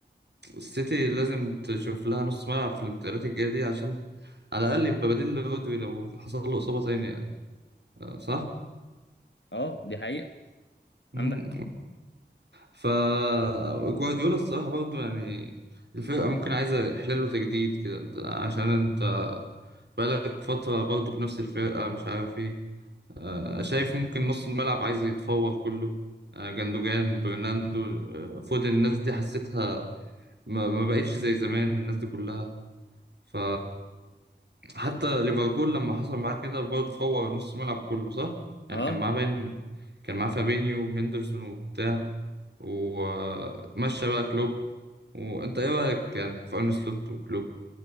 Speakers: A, on the right; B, on the left.
A: السيتي لازم تشوف لها نص ملعب في الانتقالات الجايه دي عشان على الاقل يبقى بديل لرودري لو حصل له اصابه تانية يعني أه، صح؟
B: اه دي حقيقة
A: مم،
B: عندك
A: فجوارديولا الصراحة برضو يعني الفرقة ممكن عايزة إحلال وتجديد كده أنت عشان أنت بقالك فترة برضو بنفس الفرقة مش عارف إيه آه، شايف ممكن نص الملعب عايز يتفور كله آه، جندوجان برناندو آه، فودن الناس دي حسيتها ما ما بقتش زي زمان الناس دي كلها ف حتى ليفربول لما حصل معاه كده برضه فور نص الملعب كله صح؟ يعني
B: اه
A: كان معاه باين كان معاه فابينيو وهندرسون وبتاع ومشى بقى كلوب وانت ايه رايك يعني في ارن سلوت وكلوب